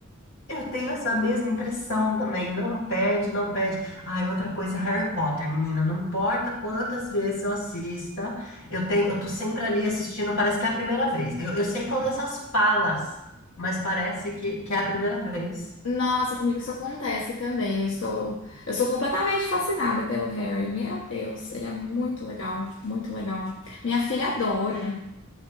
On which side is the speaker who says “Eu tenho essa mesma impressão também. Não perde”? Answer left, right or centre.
Left